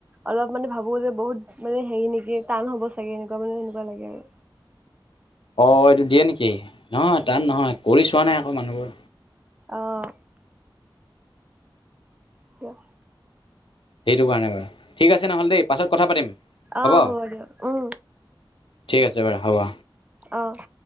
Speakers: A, on the right; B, on the left.
A: অলপ মানে ভাবোঁ যে বহুত মানে হেৰি নেকি টান হ'ব চাগে এনেকুৱা মানে সেনেকুৱা লাগে আৰু
B: অ' এইটো দিয়ে নেকি নহয় তাত নহয় কৰি চোৱা নাই আকৌ মানুহবোৰ।
A: আহ দিয়া।
B: সেইটো কাৰণে বাৰু, ঠিক আছে নহ'ল দেই পাছত কথা পাতিম।
A: অ
B: হ'ব।
A: দিয়ক উম
B: ঠিক আছে বাৰু হ'ব।
A: অহ'।